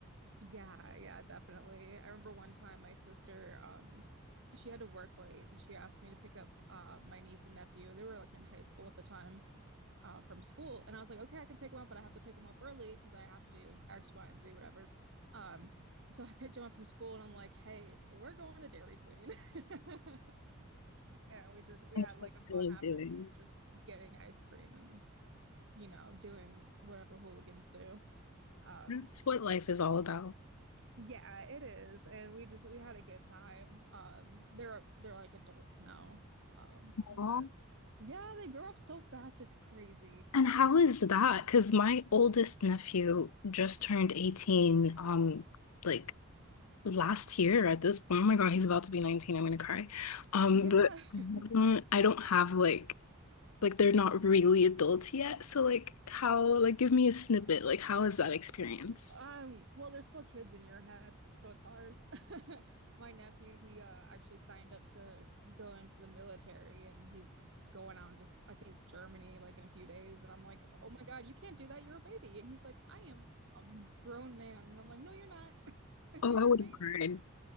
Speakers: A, on the right (about 55°); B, on the left (about 85°).
A: Yeah, yeah, definitely. I remember one time my sister, um, she had to work late and she asked me to pick up uh my niece and nephew. They were like in high school at the time, uh, from school. And I was like, okay, I can pick them up, but I have to pick them up early because I have to do X, Y, and Z, whatever. Um, so I <laughs> picked them up from school and I'm like, hey, we're going to Dairy Queen. <laughs> And we just we
B: That's
A: had like
B: what
A: a
B: I
A: fun
B: love
A: afternoon
B: doing.
A: just getting ice cream and, you know, doing whatever hooligans do. Um
B: That's what life is all about.
A: yeah, it is. And we just we had a good time. Um they're they're like adults now. Um but
B: Aw.
A: yeah, they grow up so fast it's crazy.
B: And how is that? Because my oldest nephew just turned 18, um, like last year at this point. Oh my God, he's about to be 19. I'm gonna cry. Um,
A: Yeah.
B: but
A: <laughs>
B: mm, I don't have like like they're not really adults yet. So like how like give me a snippet. Like how is that experience?
A: Um well, they're still kids in your head, so it's hard. <laughs> My nephew, he uh actually signed up to go into the military and he's going out just I think Germany like in a few days and I'm like, "Oh my God, you can't do that. You're a baby." And he's like, "I am a grown man." And I'm like, "No, you're not. <laughs>
B: Oh,
A: You're
B: I would
A: a baby."
B: have cried.